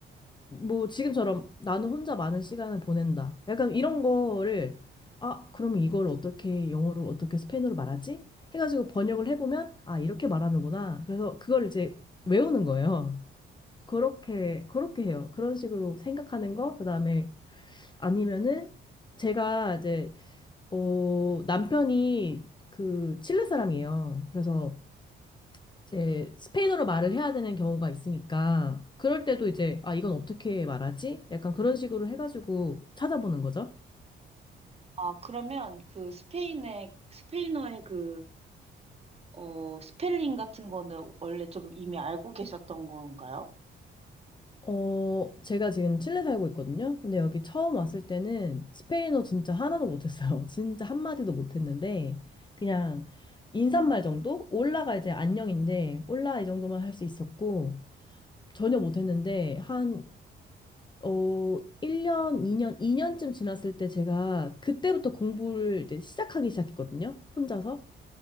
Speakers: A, on the left (about 25°); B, on the right (about 30°).
A: 뭐 지금처럼 나는 혼자 많은 시간을 보낸다. 약간 이런 거를 아, 그럼 이걸 어떻게 영어로 어떻게 스페인어로 말하지? 해가지고 번역을 해보면 아, 이렇게 말하는구나. 그래서 그걸 이제 외우는 거예요. 그렇게 그렇게 해요. 그런 식으로 생각하는 거. 그다음에 아니면은 제가 이제 어 남편이 그 칠레 사람이에요. 그래서 이제 스페인어로 말을 해야 되는 경우가 있으니까 그럴 때도 이제 아 이건 어떻게 말하지? 약간 그런 식으로 해가지고 찾아보는 거죠.
B: 아, 그러면 그 스페인의, 스페인어의 그, 어, 스펠링 같은 거는 원래 좀 이미 알고 계셨던 건가요?
A: 어, 제가 지금 칠레 살고 있거든요. 근데 여기 처음 왔을 때는 스페인어 진짜 하나도 못했어요. <laughs> 진짜 한마디도 못했는데 그냥 인사말 정도? 올라가 이제 안녕인데 올라 이 정도만 할 수 있었고 전혀 못했는데 한 어, 1년, 2년, 2년쯤 지났을 때 제가 그때부터 공부를 이제 시작하기 시작했거든요. 혼자서.